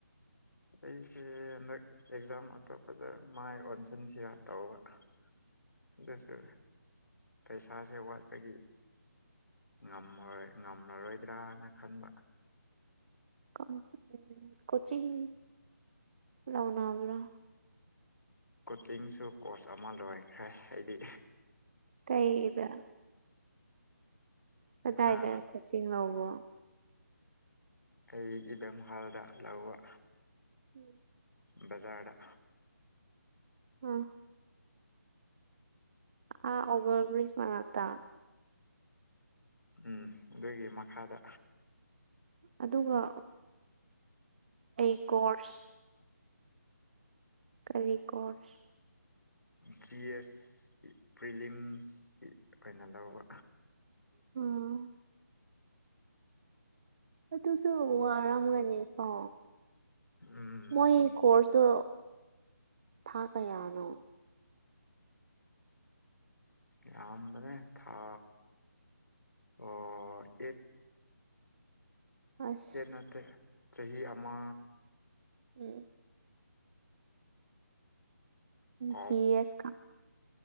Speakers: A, on the left (about 80°); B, on the right (about 35°).
A: ꯑꯩꯁꯦ ꯍꯟꯗꯛ ꯑꯦꯛꯖꯥꯝ ꯑꯇꯣꯞꯄꯗ ꯃꯥꯏ ꯑꯣꯟꯁꯤꯟꯁꯤꯔ ꯇꯧꯕ ꯁ ꯄꯩꯁꯥꯁꯦ ꯋꯥꯠꯄꯒꯤ ꯉꯝꯃꯔꯣꯏ ꯉꯝꯃꯔꯣꯏꯗ꯭ꯔꯥꯅ ꯈꯟꯕ
B: ꯎꯝ ꯀꯣꯆꯤꯡ ꯂꯧꯅꯕ꯭ꯔ
A: ꯀꯣꯆꯤꯡꯁꯨ ꯀꯣꯔꯁ ꯑꯃ ꯂꯣꯏꯈ꯭ꯔꯦ ꯑꯩꯗꯤ
B: ꯀꯩꯕ ꯀꯗꯥꯏꯗ
A: ꯍꯥ
B: ꯀꯣꯆꯤꯡ ꯂꯧꯕꯔꯣ
A: ꯑꯩ ꯏꯕꯦꯝꯍꯜꯗ ꯂꯧꯕ
B: ꯎꯝ
A: ꯕꯖꯥꯔꯗ
B: ꯑꯣ ꯑꯥ ꯑꯣꯕꯔꯕ꯭ꯔꯤꯖ ꯃꯅꯥꯛꯇ
A: ꯎꯝ ꯑꯗꯨꯒꯤ ꯃꯈꯥꯗ
B: ꯑꯗꯨꯒ ꯑꯩ ꯀꯣꯔꯁ ꯀꯔꯤ ꯀꯣꯔꯁ
A: ꯖꯤ ꯑꯦꯁ ꯄ꯭ꯔꯤꯂꯤꯝꯁꯀꯤ ꯑꯣꯏꯅ ꯂꯧꯕ
B: ꯎꯝ ꯑꯥꯇꯨꯁꯨ ꯋꯥꯔꯝꯒꯅꯤ ꯀꯣ
A: ꯎꯝ
B: ꯃꯣꯏ ꯀꯣꯔꯁꯇꯨ ꯊꯥ ꯀꯌꯥꯅꯣ
A: ꯌꯥꯝꯕꯅꯤ ꯊꯥ ꯑꯣ ꯑꯦꯠ
B: ꯑꯁ
A: ꯑꯦꯠ ꯅꯠꯇꯦ ꯆꯍꯤ ꯑꯃ
B: ꯎꯝ
A: ꯀꯥꯎ
B: ꯖꯤ ꯑꯁ ꯀꯥ